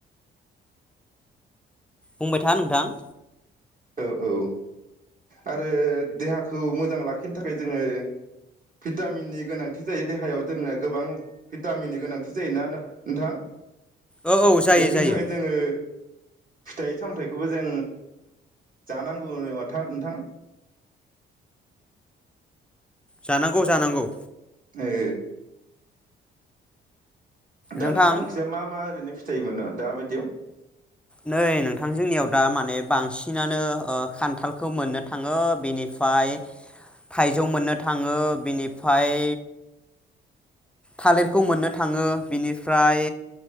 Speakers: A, in the centre; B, on the right.
A: बुंबाय था नोंथां
B: औ औ आरो देहाखौ मोजां लाखिनो थाखाय जोङो भिटामिननि गोनांथि जायो देहायाव जोंनो गोबां भिटामिननि गोनांथि जायोना नोंथां
A: औ औ जायो
B: बेफोरनि
A: जायो
B: थाखाय जोङो फिथाइ सामथाइखौबो जों जानांगौ माथा नोंथां
A: जानांगौ जानांगौ
B: ए दा
A: नोंथां
B: नोंथांमोनखिजा मा मा ओरैनो फिथायोमोन न दाबायदियाव
A: नै नोंथां जोंनियाव दा माने बांसिनानो ओ खान्थालखौ मोननो थाङो बिनिफ्राय थाइजौ मोननो थाङो बिनिफ्राय थालेरखौ मोननो थाङो बिनिफ्राय